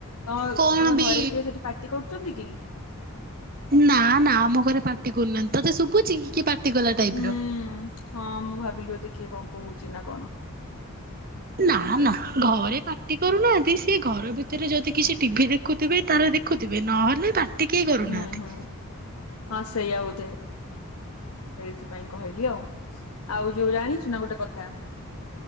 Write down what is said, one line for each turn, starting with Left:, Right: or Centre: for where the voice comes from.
Left: ତ
Right: କଣ
Left: ତମ
Right: ବି
Left: ଘରେ କିଏ ସେଠି ପାର୍ଟି କରୁଛନ୍ତି କି?
Right: ନା ନା ଆମ ଘରେ ପାଟି କରୁନାହାନ୍ତି ତୋତେ ଶୁଭୁଚ କି ପାଟି ପଟିଗଲା ଟାଇପ୍ର
Left: ହୁଁ ହଁ ମୁଁ ଭାବିଲି ଏଧ କିଏ କଣ କହୁଛି ନା କଣ?
Right: ନା
Left: ସେଥିପାଇଁ
Right: ଘରେ ପାଟି କରୁନାହାନ୍ତି ସିଏ ଘର ଭିତ ଭିତରେ ଯଦି କିଛି ଟିଭି ଦେଖୁଥିବେ ତାହେ ଦେଖୁଥିବେ ନହେଲେ ବାଟ ଟିକେ କରୁନାହାନ୍ତି।
Left: ହୁଁ ହୁଁ ହଁ ସେଇଆ ବୋଧେ ସେଇଥିପାଇଁ କହିଲି ଆଉ ଆଉ ଯୋଉ ଜାଣି ସୁୁନା ଗୋଟେ କଥା